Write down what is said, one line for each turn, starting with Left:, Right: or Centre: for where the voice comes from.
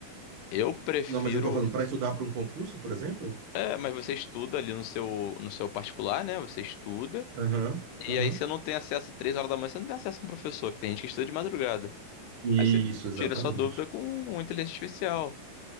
Left: Eu prefiro.
Right: Não, mas eu tô falando para estudar para um concurso, por exemplo?
Left: É, mas você estuda ali no seu, no seu particular, né? Você estuda.
Right: Aham, aham.
Left: E aí você não tem acesso, três horas da manhã, você não tem acesso a um professor, que tem gente que estuda de madrugada.
Right: Isso,
Left: Aí você
Right: exatamente.
Left: tira sua dúvida com uma inteligência artificial.